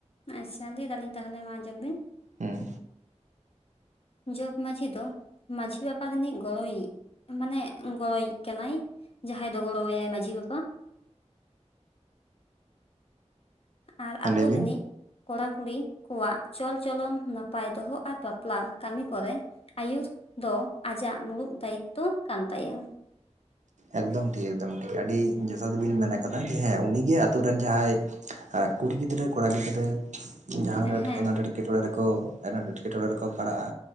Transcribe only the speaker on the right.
ᱦᱚᱸ᱾
ᱞᱟᱹᱭ ᱵᱤᱱ
ᱮᱠᱫᱚᱢ ᱴᱷᱤᱠ ᱮᱠᱫᱚᱢ ᱴᱷᱤᱠ ᱟᱹᱰᱤ ᱡᱚᱛᱷᱟᱛ ᱵᱤᱱ ᱢᱮᱱ ᱠᱟᱫᱟ ᱡᱮ ᱦᱮᱸ ᱩᱱᱤᱜᱮ ᱟᱛᱳ ᱨᱮᱱ ᱡᱟᱦᱟᱸᱭ ᱟ ᱠᱩᱲᱤ ᱜᱤᱫᱽᱨᱟᱹ ᱠᱚᱲᱟ ᱜᱤᱫᱽᱨᱟᱹ ᱡᱟᱦᱟᱱ
ᱮᱰ ᱮᱱᱟᱴ ᱮᱴᱠᱮᱴᱚᱬᱮ ᱨᱮᱠᱚ ᱮᱱᱟᱴ ᱮᱴᱠᱮᱴᱚᱬᱮ ᱨᱮᱠᱚ ᱯᱟᱲᱟᱜᱼᱟ,